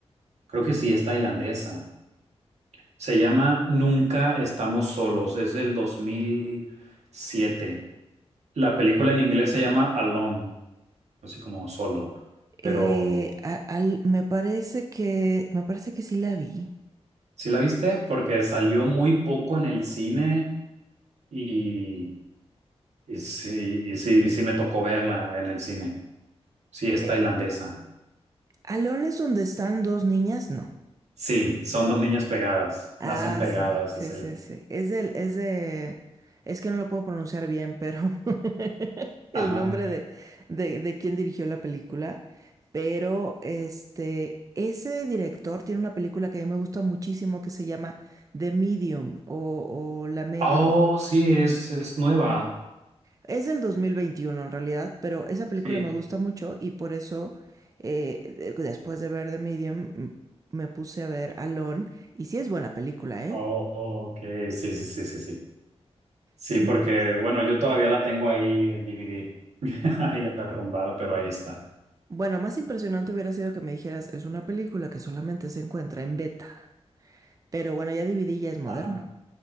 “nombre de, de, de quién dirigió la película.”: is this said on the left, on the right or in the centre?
Right